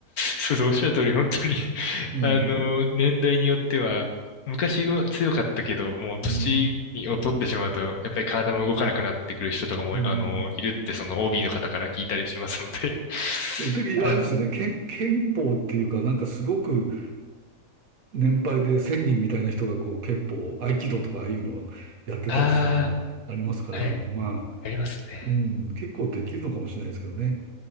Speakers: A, on the left; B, on the right.
A: そうそう、おっしゃる通り、本当に <laughs>
B: うん。
A: あの、年代によっては、昔うま強かったけど、もう年にを取ってしまうと、
B: うん。
A: やっぱり体も動かなくなってくる人とかも、
B: うん。
A: あの、いるって、その OB の方から聞いたりしますので <laughs>
B: で、であれですよね、
A: ある、
B: 憲、憲法っていうか、なんかすごく年配で1000人みたいな人がこう憲法、合気道とかああいうのをやってたりするのがありますから、
A: ああ、はい、
B: まあ、
A: ありますね。
B: うん、結構できるのかもしれないですけどね。